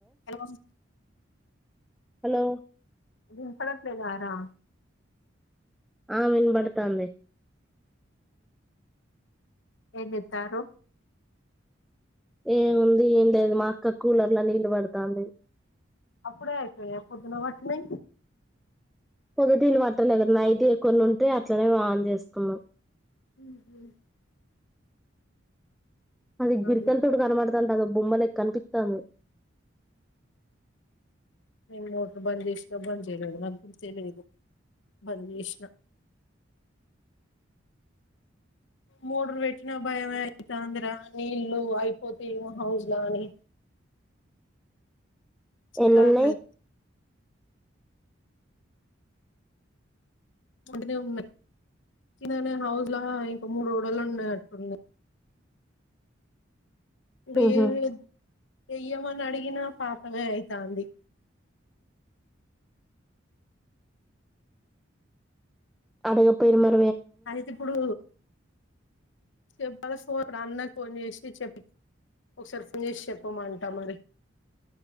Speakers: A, on the left; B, in the centre.
A: Hello వం
B: hello
A: దుంపల fry ఆరా
B: ఆ వినబడుతాంది
A: ఏదితారు
B: ఏముంది ఏం లేదు మా అక్క కూలర్ల నీళ్ళు పడుతోంది
A: అప్పుడే అయిపోయిన పొద్దున పట్ని
B: పొదదీళ్ళు పట్టలే కా నైట్ కొన్ని ఉంటే అట్లనే వాన్ చేసుకున్నాం మ్
A: హ
B: అది గిరికల్
A: అవి
B: తొడుగానబడత వద్దంటాను బొమ్మలే కనిపిత్తను
A: నేను మోటర్ బంద్ చేసినా బంద్ చేయలేదు నాకు గుర్ తె లేదు బంద్ చేసినా మోడరు పెట్టిన భయమే అయితాంద్రాత నీళ్ళ అయిపోతాయమో హౌజ్ లా అని చక్క
B: ఎన్నున్నాయి
A: ఆగల యిత్ వంటనే ఉన్నాయినే హౌజ్ లా ఇంకా మూడు రోడలు ఉన్నాయ అట్ంది ఇప్పుడు
B: ఉహు
A: ఏమి వద్ వెయ్యమని అడిగినా ఈ నా పాపమే అయితంది
B: అడగపోయమర్
A: అయితే ఇప్పుడు చెప్పాలా ఫోన్ అన్న ఫోన్ చేసి చెప్పి ఒకసారి ఫోన్ చేసి చెప్పమ అంటాం మరి